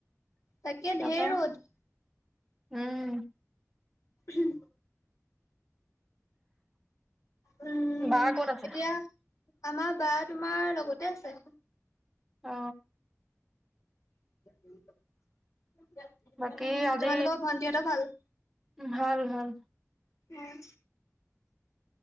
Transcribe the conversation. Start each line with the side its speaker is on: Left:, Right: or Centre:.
Left: তাকে ধেৰ
Centre: তাপা?
Left: ৰ'দ।
Centre: উম।
Left: উম, উম,
Centre: বা ক'ত আছে?
Left: এতিয়া আমাৰ বা তোমাৰ লগতে আছে।
Centre: অ,
Left: <unintelligible>
Centre: বাকী আজি
Left: তোমালোকৰ ভন্টি এটা ভাল
Centre: ভাল ভাল।
Left: উম।